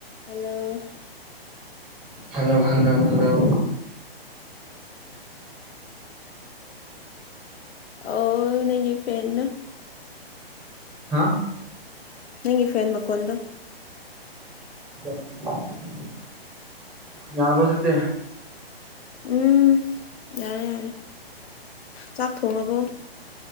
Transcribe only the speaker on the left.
hello
ꯑꯣ ꯅꯪꯒꯤ ꯐꯔꯦꯟꯅ
ꯅꯪꯒꯤ ꯐꯌꯦꯟ ꯃꯈꯣꯟꯗꯣ
ꯎꯝ ꯌꯥꯔꯦ ꯌꯥꯔꯦ ꯆꯥꯛ ꯊꯣꯡꯉꯕꯣ